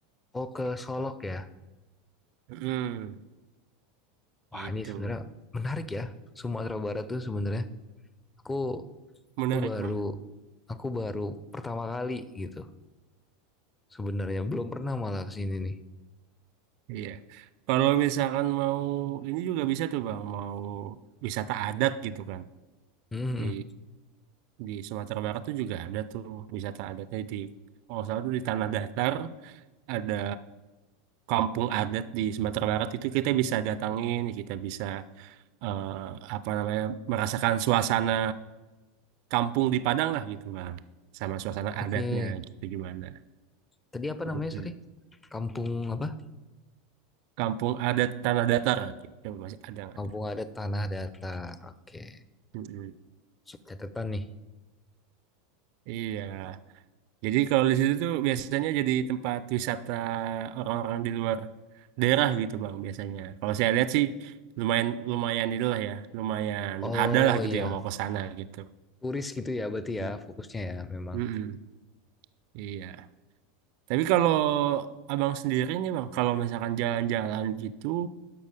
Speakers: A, on the left (about 15°); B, on the right (about 50°).
A: oh ke
B: gitu
A: Solok
B: bang.
A: ya?
B: Mm,
A: Wah,
B: gitu.
A: ini sebenarnya menarik ya. Sumatera Barat tuh sebenarnya. Aku,
B: Menarik
A: aku baru,
B: bang.
A: aku baru pertama kali gitu. Sebenarnya belum pernah malah kesini nih.
B: Iya. Kalau misalkan mau ini juga bisa tuh Bang, mau wisata adat gitu kan.
A: Hmm. hmm.
B: Di di Sumatera Barat tuh juga ada tuh wisata adatnya di kalau nggak salah tuh di Tanah Datar ada kampung adat di Sumatera Barat itu kita bisa datangin, kita bisa eh, apa namanya merasakan suasana kampung di Padang lah gitu Bang. Sama suasana
A: Ah, Oke.
B: adatnya
A: Okay.
B: gitu gimana.
A: Tadi apa namanya,
B: Mm-mm.
A: sorry? Kampung apa?
B: Kampung adat Tanah Datar gitu masih ada nggak?
A: Kampung
B: tuh?
A: adat tanah datar. Oke.
B: Mm-mm.
A: Sub Catatan nih.
B: Iya. Jadi kalau di situ tuh biasanya jadi tempat wisata orang-orang di luar daerah gitu Bang biasanya. Kalau saya lihat sih lumayan lumayan itulah ya, lumayan
A: Oh
B: ada lah
A: iya,
B: gitu yang mau ke sana gitu.
A: Turis gitu ya berarti
B: Hmm.
A: ya fokusnya ya memang.
B: Mm-mm. Iya. Tapi kalau Abang sendiri nih Bang, kalau misalkan jalan-jalan gitu